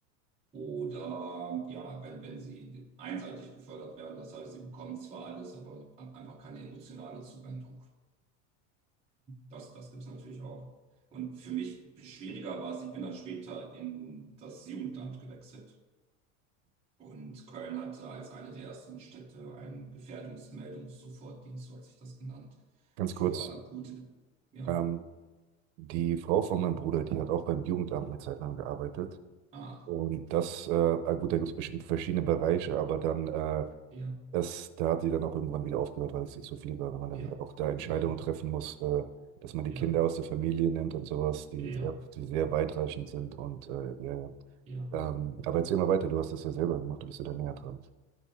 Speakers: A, on the right; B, on the right.
A: Oder ja, wenn, wenn sie einseitig gefördert werden, das heißt, sie bekommen zwar alles, aber einfach keine emotionale Zuwendung. Das, das gibt es natürlich auch. Und für mich schwieriger war es, ich bin dann später in das Jugendamt gewechselt. Und Köln hatte als eine der ersten Städte einen Gefährdungsmeldungs-Sofortdienst, so hat sich das genannt,
B: Ganz
A: für
B: kurz,
A: akute, ja,
B: ähm, die Frau von meinem Bruder, die hat auch beim Jugendamt eine Zeit lang gearbeitet.
A: ah,
B: Und das, äh, ah, gut, da gibt es bestimmt verschiedene Bereiche, aber dann äh,
A: ja,
B: Das, da hat die dann auch irgendwann wieder aufgehört, weil es ihr zu viel war, wenn man dann
A: ja,
B: auch da Entscheidungen
A: ja,
B: treffen muss, äh, dass man die
A: ja,
B: Kinder aus der Familie nimmt und sowas, die
A: ja, ja,
B: sehr, die sehr weitreichend sind und äh, ja. ja.
A: ja.
B: Ähm, aber erzähl mal weiter, du hast das ja selber gemacht, du bist ja da näher dran.